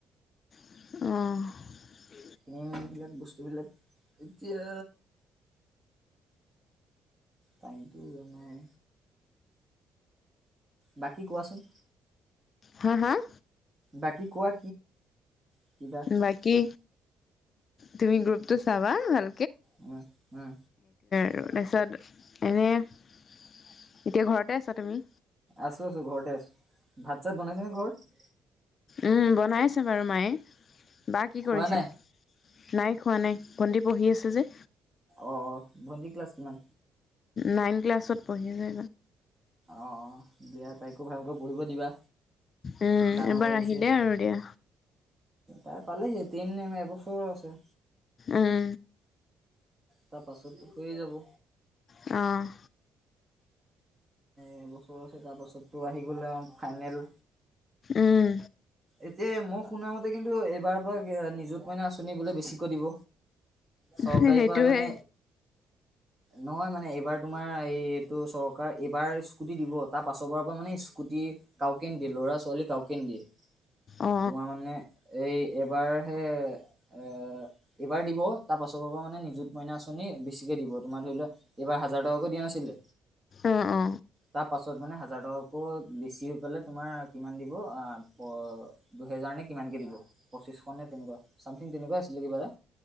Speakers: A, on the left; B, on the right.
A: অ',
B: কমবিলাক বস্তুবিলাক এতিয়া পানীটো মানে বাকী কোৱাচোন
A: হাঁ, হাঁ?
B: বাকী কোৱা কি কিবা
A: বাকী তুমি গ্ৰুপটো চাবা ভাল
B: উম, উম,
A: আৰু তাৰপিছত এনেই এতিয়া ঘৰতে আছা তুমি?
B: আছো আছো ঘৰতে আছো ভাত চাত বনাইছে নে ঘৰত?
A: উম, বনাইছে বাৰু মায়ে বা কি
B: খোৱা
A: কৰিছে?
B: নাই
A: নাই খোৱা নাই ভণ্টি পঢ়ি আছে যে।
B: অ', অ', ভণ্টি ক্লাছ কিমান?
A: নাইন ক্লাছত পঢ়ি <unintelligible>
B: অঁ অঁ দিয়া তাইকো ভালকৈ পঢ়িব দিবা।
A: উম,
B: ডাঙৰ
A: এবাৰ
B: হৈ আহিছে
A: আহিলেই আৰু দিয়া।
B: তাই পালেহি তেতিনিম এবছৰ আছে।
A: উম
B: তাৰ পাছতটো হৈয়ে যাব।
A: অ',
B: এবছৰ আছে তাৰপাছততো আহি গ'লে ফাইনেল।
A: উম।
B: এতিয়া মই শুনা মতে কিন্তু, এইবাৰ পৰা নিজুত মইনা আঁচনি বোলে বেছিকৈ দিব। চৰকাৰী
A: সেইটোৱে।
B: পৰা মানে নহয় মানে এইবাৰ তোমাৰ এই ত' চৰকাৰ এইবাৰ স্কুটি দিব তাৰ পাছৰবাৰ পৰা মানে স্কুটি কাওকে নিদে ল'ৰা ছোৱালী কাও কেন দিয়ে তোমাৰ
A: অ
B: মানে এই এবাৰহে এ এইবাৰ দিব তাৰ পাছৰ পৰা মানে নিযুত মইনা আঁচনি বেছিকে দিব তোমাৰ ধৰি লোৱা, এইবাৰ হাজাৰ টকাকৈ দিয়া নাই ছিলে,
A: অ অ
B: তাৰ পাছত মানে হাজাৰ টকাতকৈ বেছি হৈ পেলাই তোমাৰ কিমান <unintelligible> দুহেজাৰ নে কিমানকে দিব পঁচিছশ নে তেনেকুৱা চামথিং তেনেকুৱা আছিলে কিবা এটা।